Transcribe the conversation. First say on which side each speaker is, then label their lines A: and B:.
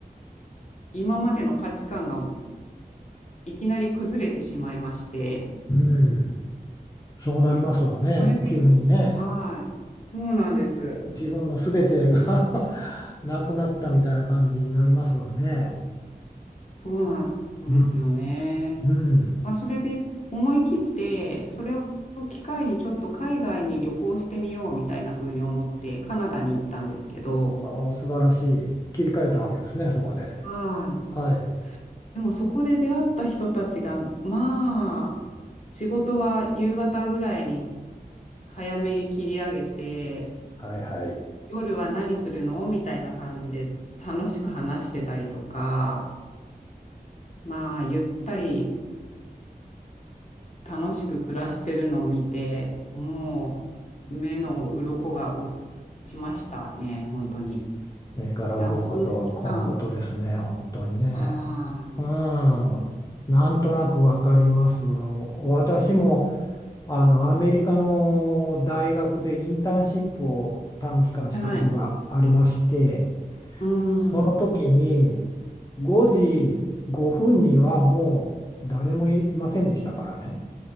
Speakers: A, on the left; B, on the left.
A: 今までの価値観がいきなり崩れてしまいまして、
B: うん。そうなりますわね、
A: それで、
B: 急にね。
A: はい、そうなんです。
B: 自分の全てが <laughs> なくなったみたいな感じになりますわね。
A: そうなんですよね。
B: うん。うん
A: まあ、それで思い切って、それを機会にちょっと海外に旅行してみようみたいな風に思って、カナダに行ったんですけど、
B: ああ、素晴らしい。切り替えたわけですね、そこで。
A: はい。
B: はい。
A: でもそこで出会った人たちが、まあ、仕事は夕方ぐらいに早めに切り上げて、
B: はいはい。
A: 夜は何するのみたいな感じで楽しく話してたりとか、まあ、ゆったり楽しく暮らしてるのを見て、もう目の鱗が落ちましたね、本当に。い
B: 目から鱗とはこのことですね、
A: や、こんな期間、
B: 本当にね。
A: あ
B: うん。なんとなくわかりますわ。私も、あの、アメリカの大学でインターンシップを短期間したことがありまして、
A: あ、はい。うん、
B: その時に5時5分にはもう誰もいいませんでしたからね。